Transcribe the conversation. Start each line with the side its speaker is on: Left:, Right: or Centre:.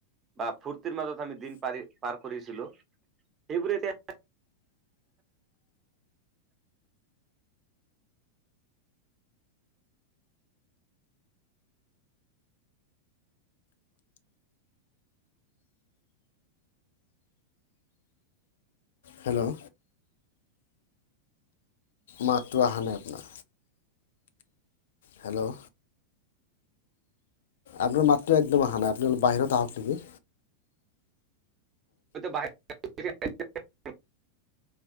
Right: বা ফূৰ্তিৰ মাজত আমি দিন পাৰি পাৰ কৰিছিলো, সেইবোৰ এতিয়া
Left: হেল্ল' মাতটো অহা নাই আপোনাৰ। হেল্ল' আপোনাৰ মাতটো একদম আহা নাই, আপুনি অলপ বাহিৰত আহক নকি?
Right: <inaudible>